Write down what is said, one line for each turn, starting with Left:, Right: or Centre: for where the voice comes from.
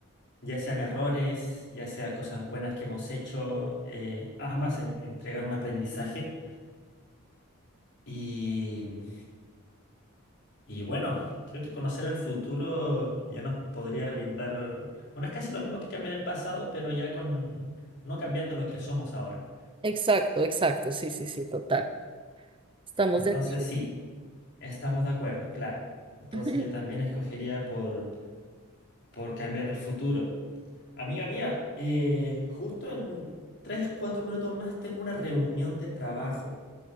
Left: ya sean errores, ya sea cosas buenas que hemos hecho, eh, ambas en- entregan un aprendizaje y Y bueno, creo que conocer el futuro ya nos podría brindar, bueno, es casi lo mismo que cambiar el pasado, pero ya con, no cambiando lo que somos ahora.
Right: Exacto, exacto. Sí, sí, sí, total. Estamos
Left: Entonces
Right: de acuerdo.
Left: sí, estamos de acuerdo, claro. Entonces
Right: <laughs>
Left: yo también escogería por, por cambiar el futuro. Amiga mía, eh, justo en 3 4 minutos más tengo una reunión de trabajo.